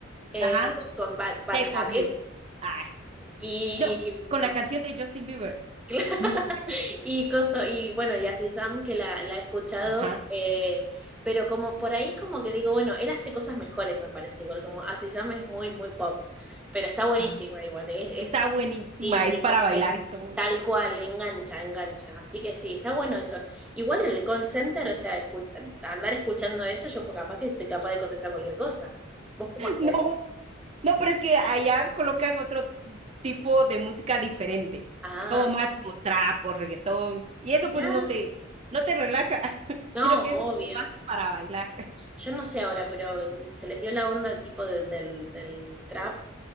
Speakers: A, in the centre; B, on the right (about 30°).
A: eh,
B: Ajá,
A: con Bad, Bad
B: Shape of
A: Habits
B: You. Ay,
A: y
B: no, con la canción de Justin Bieber.
A: <laughs>
B: No sé cómo. se-
A: Y, coso, y bueno, y así Sam, que la, la he escuchado,
B: Ajá,
A: eh, pero como por ahí como que digo, bueno, él hace cosas mejores, me parece igual, como así Sam es muy, muy pop, pero está buenísima
B: ajá.
A: igual, es,
B: Está
A: es-
B: buenísima,
A: sí,
B: es
A: sí,
B: para
A: como
B: bailar
A: que
B: y todo.
A: tal cual, engancha, engancha, así que sí, está bueno eso. Igual en el call center, o sea, escu- andar escuchando eso, yo pues, capaz que soy capaz de contestar cualquier cosa. ¿Vos cómo hacés?
B: No, no, pero es que allá colocan otro tipo de música diferente,
A: Ah,
B: como más como trap o reggaetón, y eso
A: ya,
B: pues no te, no te relaja, <laughs>
A: no,
B: sino que
A: obvio.
B: eso es como más para bailar. <laughs>
A: Yo no sé ahora, pero se les dio la onda tipo del, del, del trap